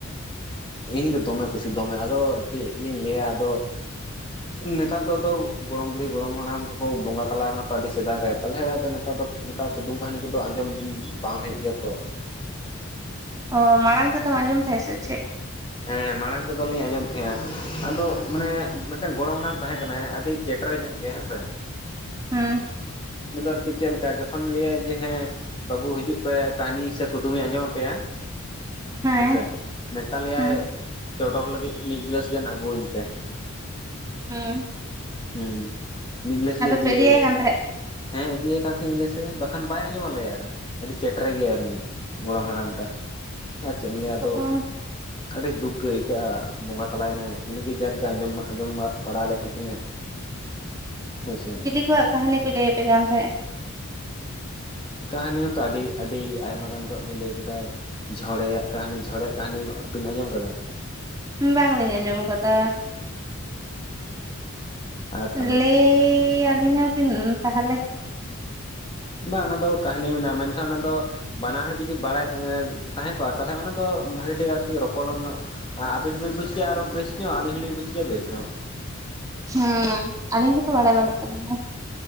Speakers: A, on the left; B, on the right.
A: ᱤᱧ ᱫᱚ ᱫᱚᱢᱮ ᱠᱩᱥᱤ ᱫᱚᱢᱮ ᱟᱫᱚ ᱪᱮᱫ ᱞᱤᱧ ᱞᱟᱹᱭᱟ ᱟᱫᱚ᱾ ᱱᱮᱛᱟᱨ ᱫᱚ ᱟᱫᱚ ᱜᱚᱲᱚᱢ ᱵᱩᱲᱦᱤ ᱜᱚᱲᱚᱢ ᱦᱟᱲᱟᱢ ᱠᱚᱠᱚ ᱵᱚᱸᱜᱟ ᱛᱟᱞᱟ ᱠᱟᱱᱟ ᱛᱚ ᱟᱹᱰᱤ ᱥᱮᱫᱟᱭ ᱨᱮ᱾ ᱛᱟᱞᱦᱮ ᱟᱫᱚ ᱱᱮᱛᱟᱨ ᱫᱚ, ᱚᱱᱠᱟ ᱠᱩᱫᱩᱢ ᱠᱟᱹᱦᱱᱤ ᱠᱚᱫᱚ ᱟᱸᱡᱚᱢ ᱵᱟᱝ ᱦᱩᱭᱩᱜ ᱜᱮᱭᱟ ᱛᱚ᱾
B: ᱚ ᱢᱟᱲᱟᱝ ᱛᱮᱫᱚᱢ ᱟᱸᱡᱚᱢ ᱛᱟᱦᱮ ᱥᱮ ᱪᱮᱫ?
A: ᱦᱮᱸ ᱢᱟᱲᱟᱝ ᱛᱮᱫᱚ ᱞᱤᱧ ᱟᱸᱡᱚᱢ ᱛᱟᱦᱮᱸ ᱟᱫᱚ ᱢᱟᱱᱮ ᱢᱤᱫᱴᱟᱝ ᱜᱚᱲᱚᱢ ᱦᱟᱲᱟᱢ ᱛᱟᱦᱮᱸ ᱠᱟᱱᱟᱭ ᱟᱹᱰᱤ ᱪᱮᱴᱮᱨ ᱧᱚᱜ ᱜᱮᱭᱟ ᱦᱮᱸ ᱥᱮ᱾
B: ᱦᱮᱸ᱾
A: ᱩᱱᱤ ᱫᱚ ᱟᱨ ᱠᱤ ᱪᱮᱫ ᱞᱮᱠᱟ ᱡᱚᱠᱷᱚᱱ ᱞᱟᱹᱭᱟᱭ ᱡᱮ ᱦᱮᱸ ᱵᱟᱹᱵᱩ ᱦᱤᱡᱩᱜ ᱯᱮ ᱠᱟᱹᱦᱱᱤ ᱥᱮ ᱠᱩᱫᱩᱢ ᱤᱧ ᱟᱸᱡᱚᱢ ᱟᱯᱮᱭᱟ
B: ᱦᱮᱸ
A: ᱦᱮᱸᱥᱮ ᱢᱮᱛᱟᱞᱮᱭᱟᱭ
B: ᱦᱩᱸ
A: ᱪᱚᱰᱚᱨ ᱞᱟᱹᱜᱤᱫ ᱢᱤᱫ ᱜᱤᱞᱟᱹᱥ ᱜᱟᱱ ᱟᱹᱜᱩᱣᱟᱹᱧ ᱯᱮ᱾
B: ᱦᱮᱸ᱾
A: ᱦᱮᱸ ᱢᱤᱫ ᱜᱞᱟᱹᱥ ᱞᱮ ᱤᱫᱤᱭᱮᱭᱟ᱾
B: ᱯᱮ ᱤᱫᱤᱭᱟᱭ ᱠᱟᱱ ᱛᱟᱦᱮᱸᱫ
A: ᱦᱮᱸ ᱤᱫᱤᱭᱟᱭ ᱠᱟᱱ ᱛᱟᱦᱮᱞ ᱜᱮᱞᱮ ᱥᱮ ᱵᱟᱠᱷᱟᱱ ᱵᱟᱭ ᱟᱸᱡᱚᱢ ᱟᱞᱮᱭᱟ᱾ ᱟᱹᱰᱤ ᱪᱮᱴᱮᱨ ᱜᱮᱭᱟ ᱩᱱᱤ ᱜᱚᱲᱚᱢ ᱦᱟᱲᱟᱢ ᱴᱟᱜ ᱟᱨ ᱪᱮᱫ ᱮᱢ ᱞᱟᱹᱭᱟ ᱟᱫᱚ
B: ᱚ
A: ᱟᱹᱰᱤ ᱫᱩᱠ ᱜᱮ ᱟᱹᱭᱠᱟᱹᱜᱼᱟ ᱵᱚᱸᱜᱟ ᱛᱟᱞᱟᱭᱮᱱᱟᱭ ᱩᱱᱤᱜᱮ ᱡᱟᱸᱠᱜᱮ ᱟᱸᱡᱚᱢ ᱟᱸᱡᱚᱢ ᱵᱟᱲᱟ ᱟᱞᱮ ᱠᱟᱱ ᱛᱟᱸᱦᱮ-ᱟᱭ᱾ ᱦᱚᱭ ᱥᱮ᱾
B: <unintelligible> ᱠᱟᱹᱦᱟᱱᱤ ᱠᱚᱭ ᱞᱟᱹᱭ ᱟᱯᱮ ᱠᱟᱱ ᱛᱟᱦᱮᱸ?
A: ᱠᱟᱹᱦᱱᱤ ᱦᱚᱸᱛᱚ ᱟᱹᱰᱤ ᱟᱹᱰᱤ ᱟᱭᱢᱟ ᱜᱟᱱ ᱜᱮ ᱞᱟᱹᱭ ᱠᱟᱫᱟᱭ᱾ ᱡᱷᱚᱲᱮᱭᱟᱜ ᱠᱟᱦᱱᱤ ᱡᱷᱚᱲᱮᱭᱟᱜ ᱠᱟᱦᱱᱤ ᱵᱤᱱ ᱟᱸᱡᱚᱢ ᱠᱟᱫᱟ?
B: ᱵᱟᱝᱞᱤᱧ ᱟᱸᱡᱚᱢ ᱟᱠᱟᱫᱟ᱾
A: ᱟᱨ ᱛᱟᱦᱚᱞᱮ
B: ᱞᱟᱹᱭ ᱟᱹᱞᱤᱧᱟ ᱵᱤᱱ ᱛᱟᱦᱚᱞᱮ?
A: ᱵᱟᱝ ᱚᱱᱟ ᱫᱚ ᱠᱟᱹᱦᱱᱤ ᱢᱮᱱᱟᱜᱼᱟ ᱢᱮᱱᱠᱷᱟᱱ ᱚᱱᱟ ᱫᱚ ᱵᱟᱱᱟ ᱦᱚᱲ ᱡᱩᱫᱤ ᱵᱟᱲᱟᱭ ᱛᱟᱦᱮᱸ ᱛᱟᱦᱮᱸ ᱠᱚᱜᱼᱟ ᱛᱟᱦᱚᱞᱮ ᱚᱱᱟ ᱫᱚ ᱵᱷᱟᱹᱜᱤ ᱴᱷᱤᱠ ᱟᱨᱠᱤ ᱨᱚᱯᱚᱲ ᱧᱚᱜ ᱟᱵᱤᱱ ᱦᱚᱸᱵᱤᱱ ᱵᱩᱡ ᱠᱮᱭᱟ ᱟᱨᱚ ᱵᱮᱥ ᱧᱚᱜ ᱟᱹᱞᱤᱧ ᱦᱚᱸᱞᱤᱧ ᱵᱩᱡ ᱠᱮᱭᱟ ᱵᱮᱥ ᱧᱚᱜ᱾
B: ᱦᱮᱸ ᱟᱹᱞᱤᱧ ᱦᱚᱸᱛᱚ ᱵᱟᱲᱟᱭ ᱵᱟᱹᱱᱩᱜ ᱛᱟᱹᱞᱤᱧᱟ᱾